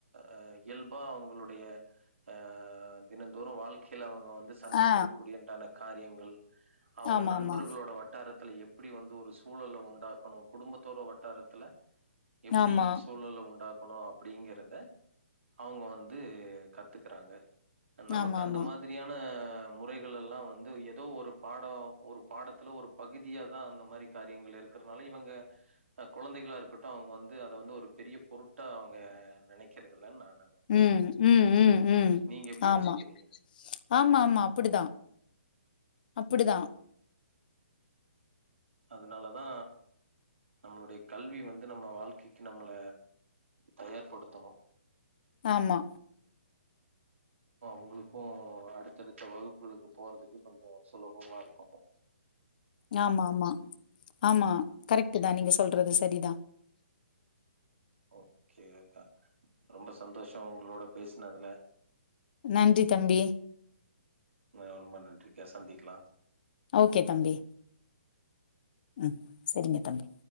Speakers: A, on the right; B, on the left.
A: அஹ் இயல்பா அவங்களுடைய ஆஹ் தினந்தோறு வாழ்க்கைல அவ்ங்க வந் ந்து சந்திக்கிறப்
B: ஆ
A: குடியண்டான காரியங் உம் அவ்ங்க
B: ஆமா
A: நண்பர்களோட
B: ஆமா
A: வட்டாரத் துல எப்புடி வந்து ஒரு சூழல உண்டாக்கணு குடும்பத்தோர வட்டாரத்துல எப்டி
B: ஆமா
A: சூழல உண்டாக்கணு அப் ப்டிங்கிறத அவ்ங்க வந்து கத்துக்குறாங்க நமக்கு
B: ஆமா
A: அந்த
B: ஆமா
A: மாத்ரியான முறைகள் எல்லா வந்து எதோ ஒரு பாடோ ஒரு பாடத்துல ஒரு பகுதியாாதா அந்த மாதுரி காரியங்கள் இருக்கறனால இவங்க் குழந்தைகளா இருக்கட்டு அவங்க வந்து அத வந்து ஒரு பெரிய பொருட்டா அவங்க நெனக்கிறதுலன் நா
B: ம் ம் ம் ம்
A: நீங்க எப்டி யோசிக்கிறீங்க?
B: ஆமா ஆமா ஆமா அப்புடிதா அப்புடிதா
A: அதுனாலதா நம்மளுடைய கல்வி வந்து நம்ம வாழ்க்கைக்கு நம்மள தயார் படுத்தணு
B: ஆமா
A: அவங்ளுக்கு அடுத்தடுத்த வகுப்புகளுக்கு போறதுக்கு கொஞ்சோ சொலபமா இருக்கு
B: யாமாமா ஆமா கரெக்ட்டுதா நீங்க சொல்றது சரிதா
A: ஓகே அக்கா ரொம்ப சந்தோஷோ உங்ளோட பேஸ்னதுல
B: நன்றி தம்பி
A: அ ரொம்ப நன்றிக்கா சந்திக்கலா
B: ஓகே தம்பி ம் செரிங்க தம்பி